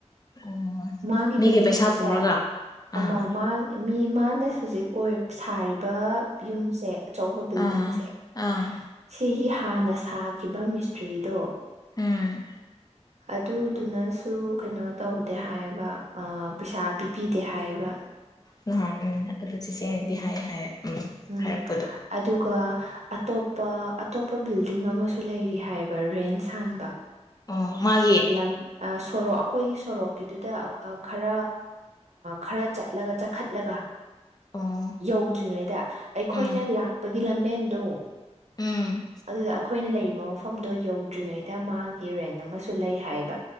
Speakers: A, on the left; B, on the right.
A: ꯑꯣ
B: ꯃꯥꯒꯤ
A: ꯃꯤꯒꯤ
B: ꯕꯤꯜꯗꯤꯡꯁꯦ
A: ꯄꯩꯁꯥ ꯄꯨꯔꯒ ꯑꯥ
B: ꯑꯃ ꯃꯥ ꯃꯤ ꯃꯥꯅ ꯍꯧꯖꯤꯛ ꯑꯣꯏ ꯁꯥꯔꯤꯕ ꯌꯨꯝꯁꯦ ꯑꯆꯧꯕ ꯕꯤꯜꯗꯤꯡꯁꯦ
A: ꯑꯥ ꯑꯥ
B: ꯁꯤꯒꯤ ꯍꯥꯟꯅ ꯁꯥꯈꯤꯕ ꯃꯤꯁꯇ꯭ꯔꯤꯗꯣ
A: ꯎꯝ
B: ꯑꯗꯨꯗꯨꯅꯁꯨ ꯀꯩꯅꯣ ꯇꯧꯗꯦ ꯍꯥꯏꯌꯦꯕ ꯄꯩꯁꯥ ꯄꯤꯕꯤ ꯗꯦ ꯍꯥꯏꯌꯦꯕ
A: ꯎ ꯎꯝ ꯑꯗꯨꯣ ꯆꯦꯆꯦꯡꯅꯗꯤ
B: ꯎꯝ
A: ꯍꯥꯏ ꯍꯥꯏ ꯎꯝ
B: ꯎꯝ
A: ꯍꯥꯏꯔꯛꯄꯗꯣ
B: ꯑꯗꯨꯒ ꯑꯇꯣꯞꯄ ꯑꯇꯣꯞꯄ ꯕꯤꯜꯗꯤꯡ ꯑꯃꯁꯨ ꯂꯩꯔꯤ ꯍꯥꯏꯕ ꯔꯦꯟ ꯁꯥꯟꯕ
A: ꯑ ꯃꯥꯒꯤꯦ
B: ꯂꯝ ꯁꯣꯔꯣꯛ ꯑꯩꯈꯣꯏꯒꯤ ꯁꯣꯔꯣꯛꯀꯤꯗꯨꯗ ꯈꯔ ꯈꯔ ꯆꯠꯂꯒ ꯆꯈꯠꯂꯒ
A: ꯑꯣ
B: ꯌꯧꯗ꯭ꯔꯤꯉꯩꯗ ꯑꯩꯈꯣꯏꯅ
A: ꯎꯝ
B: ꯂꯥꯛꯄꯒꯤ ꯂꯝꯕꯦꯟ ꯍꯗꯨ
A: ꯎꯝ
B: ꯑꯗꯨꯗ ꯑꯩꯈꯣꯏꯅ ꯂꯩꯔꯤꯕ ꯃꯐꯝꯗꯣ ꯌꯧꯗ꯭ꯔꯤꯉꯩꯗ ꯃꯥꯒꯤ ꯔꯦꯟ ꯑꯃꯁ ꯁꯨ ꯂꯩ ꯍꯥꯏꯌꯦꯕ